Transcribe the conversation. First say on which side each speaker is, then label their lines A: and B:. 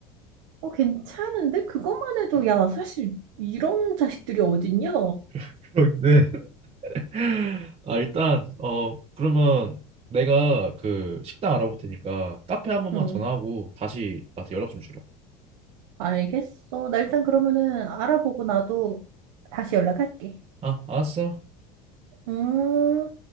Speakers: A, on the right; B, on the right.
A: 어, 괜찮은데? 그것만 해도, 야, 사실 이런 자식들이 어딨냐?
B: <laughs> 그런네 <laughs> 아, 일단 어 그러면 내가 그 식당 알아볼 테니까 카페 한 번만
A: 응.
B: 전화하고 다시 나한테 연락 좀 주라.
A: 알겠어. 나 일단 그러면은 알아보고 나도 다시 연락할게.
B: 아, 알았어.
A: 음.